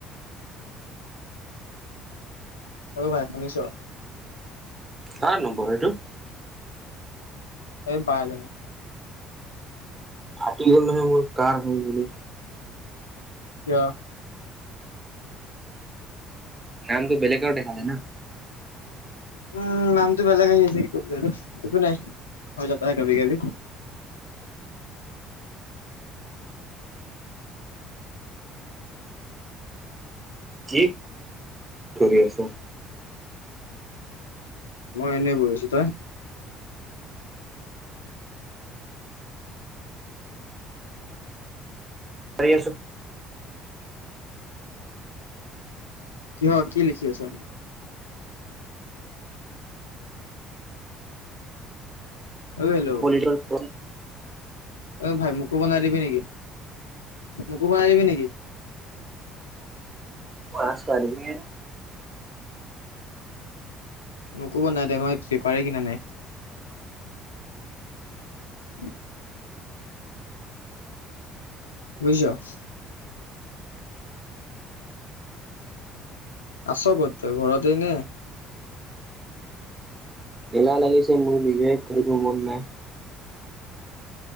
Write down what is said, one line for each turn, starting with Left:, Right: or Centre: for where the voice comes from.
Left: অ ভাই শুনিছ?
Right: কাৰ নম্বৰ হয় এইটো?
Left: এ বা এজনী।
Right: ফাটি গ'ল নহয় মোৰ কাৰ হয় বুলি।
Left: কিয়?
Right: নামটো বেলেগৰ দেখালে না।
Left: উম নামটো বেলেগ আহি আছে কি কৰিবি আৰু একো নাই হ যাতা হে কাভি কাভি।
Right: কি কৰি আছ?
Left: মই এনেই বহি আছো, তই?
Right: পাৰি আছো।
Left: কিহৰ কি লিখি আছ? অ হেল্ল'
Right: পলিটিকেল পয়েমচ।
Left: অ ভাই মোকো বনাই দিবি নেকি, মোকো বনাই দিবি নেকি?
Right: পাছ বাৰ দিনে
Left: মোকো বনাই দে মই পেপাৰে কিনা নাই? উম। বুজিছ? আছ কত তই ঘৰতে নে?
Right: এলাহ লাগিছে মোৰ নিজে কৰিব মন নাই।